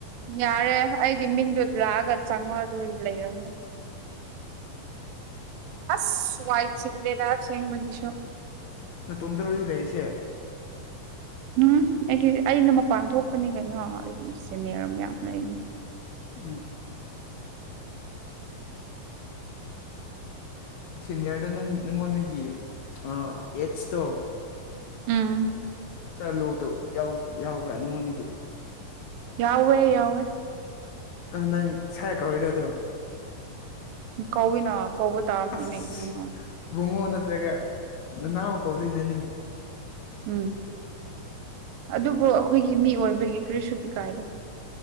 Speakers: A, on the right (about 80°); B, on the left (about 70°).
A: ꯌꯥꯔꯦ ꯑꯩꯒꯤ ꯃꯤꯡꯗꯨ ꯂꯥꯛꯑꯒ ꯆꯪꯉꯣ ꯑꯗꯨ ꯂꯩꯔꯝꯅꯤ ꯑꯁ ꯋꯥꯏ ꯆꯂꯦꯗ ꯆꯦꯡꯉ ꯃꯒꯁꯨꯣ
B: ꯅꯇꯣꯝꯇ꯭ꯔꯣ ꯍꯧꯖꯤꯛ ꯂꯩꯔꯤꯁꯦ꯫
A: ꯎꯝ ꯑꯩꯒꯤ ꯑꯩꯅ ꯃꯄꯥꯟ ꯊꯣꯛꯄꯅꯤ ꯀꯩꯅꯣ ꯑꯩꯒꯤ ꯁꯦꯅꯤꯌꯔ ꯃꯌꯥꯝꯅ ꯑꯩꯅ
B: ꯎꯝ ꯁꯤꯅꯤꯌꯔꯗꯣ ꯅꯪ ꯅꯪꯉꯣꯟꯗꯒꯤ ꯑꯥ ꯑꯦꯠꯁꯇꯣ
A: ꯎꯝ
B: ꯈꯔ ꯂꯨꯕ ꯌꯥꯎꯕ꯭ꯔꯥ ꯅꯉꯣꯟꯒꯤ
A: ꯌꯥꯎꯋꯦ ꯌꯥꯎꯋꯦ
B: ꯑ ꯅꯪ ꯁꯥꯔ ꯀꯧꯔꯤꯔ ꯑꯗꯣ
A: ꯀꯧꯏꯅ ꯀꯧꯕ ꯇꯥꯕꯃꯤꯅꯦ
B: ꯑꯁ
A: ꯀꯅꯣ
B: ꯕꯨꯡꯉꯣ ꯅꯠꯇ꯭ꯔꯒ ꯅꯅꯥꯎ ꯀꯧꯗꯣꯏꯅꯅꯤ
A: ꯎꯝ ꯑꯗꯨꯕꯨ ꯑꯩꯈꯣꯏꯒꯤ ꯃꯤ ꯑꯣꯏꯕꯒꯤ ꯀ꯭ꯔꯤ ꯁꯨꯇꯤ ꯀꯥꯏꯗ